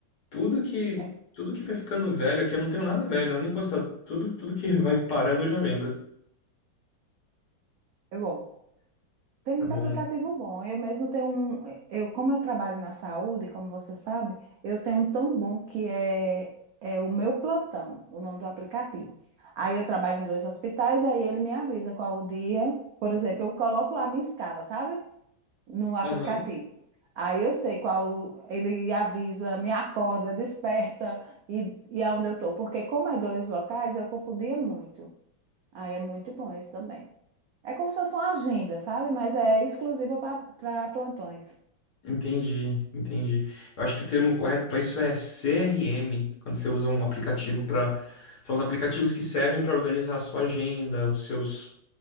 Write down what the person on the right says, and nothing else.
É,
é bom. Tem muito
aplicativo bom. Eu mesmo tenho um. Eu, como eu trabalho na saúde, como você sabe, eu tenho um tão bom que é, é o meu plantão, o nome do aplicativo. Aí eu trabalho em dois hospitais, aí ele me avisa qual o dia. Por exemplo, eu coloco lá minha escala, sabe? No aplicativo.
Aí eu sei qual. Ele avisa, me acorda, desperta e, e aonde eu tô. Porque como é dois locais, eu confundia muito. Aí é muito bom esse também. É como se fosse uma agenda, sabe? Mas é exclusiva para plantões.